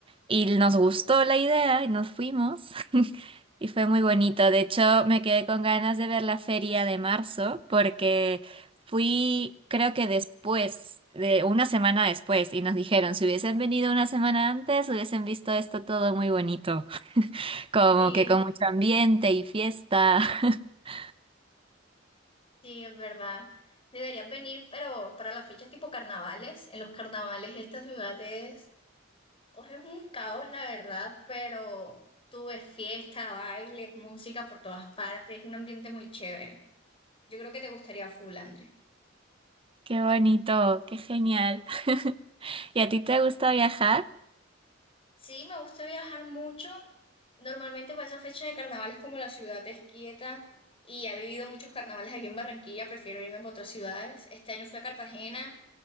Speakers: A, on the right; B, on the left.
A: Y nos gustó la idea y nos fuimos. <laughs> Y fue muy bonito. De hecho, me quedé con ganas de ver la feria de marzo porque fui, creo que después, de una semana después, y nos dijeron, si hubiesen venido una semana antes, hubiesen visto esto todo muy bonito, <laughs> como
B: Sí,
A: que con mucho ambiente y fiesta. <laughs>
B: sí, es verdad. Deberías venir, pero para las fechas tipo carnavales, en los carnavales esta ciudad es Hoy es un caos, la verdad, pero tuve fiesta, baile, música por todas partes, es un ambiente muy chévere. Yo creo que te gustaría full, Andrés.
A: Qué bonito, qué genial. <laughs> ¿Y a ti te gusta viajar?
B: Sí, me gusta viajar mucho. Normalmente para esa fecha de carnavales, como la ciudad es quieta y he vivido muchos carnavales aquí en Barranquilla, prefiero irme para otras ciudades. Este año fui a Cartagena